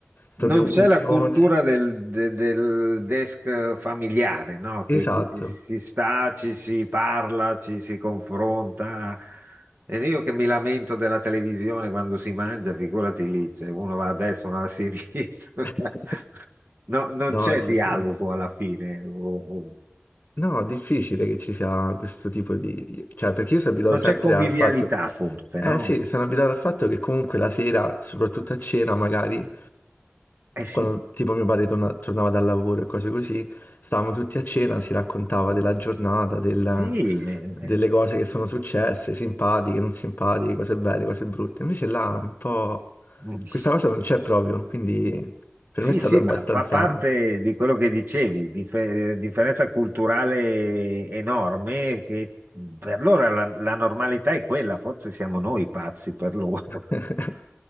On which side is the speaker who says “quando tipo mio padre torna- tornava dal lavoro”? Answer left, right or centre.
Left